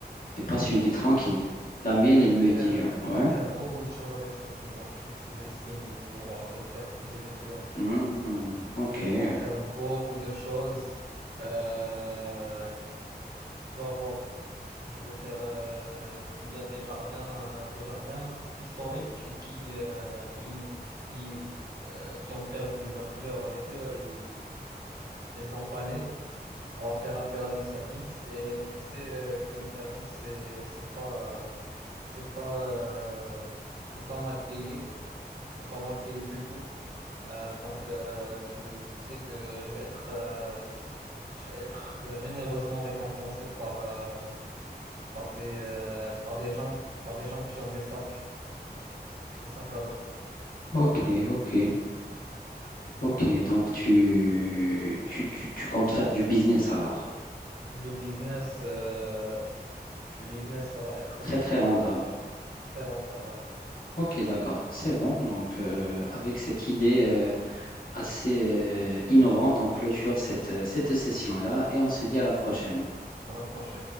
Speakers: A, on the left (about 55°); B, on the right (about 70°).
A: et passe une vie tranquille.
B: Hmm.
A: La mienne,
B: Mais je
A: elle
B: vais
A: me
B: faire,
A: dit, euh, ouais,
B: je vais faire beaucoup de choses avec ce pouvoir. Tu sous-estimes le pouvoir de faire pousser des fleurs.
A: hmm, ok,
B: Je vais
A: ouais,
B: pouvoir faire beaucoup de choses. Euh, tu vas voir. Je vais faire. euh, il y a des jardins, euh, des jardins historiques qui, euh, qui, n- qui, euh, qui ont perdu leurs fleurs. Les fleurs, ils- elles ont fané. On va faire appel à mes services et tu sais euh, que mes services, c'est c'est pas, euh, c'est pas, euh, c'est pas mal payé. C'est pas mal payé du tout. Euh, donc, euh, tu, tu sais que je vais être, euh, je vais être généreusement récompensé par, euh, par des, euh, par des gens, par des gens qui ont des sacs, des sacs à dos.
A: ok, ok, ok. Donc, tu, tu, tu, tu comptes faire du business alors.
B: Le business, euh, le business, ça va être
A: Très,
B: du
A: très
B: coup
A: rentable.
B: euh, très rentable, ouais,
A: Ok, d'accord, c'est bon. Donc, euh, avec cette idée... euh, assez euh, innovante. On clôture cette, euh, cette session-là et on se dit à la prochaine.
B: à l'approche.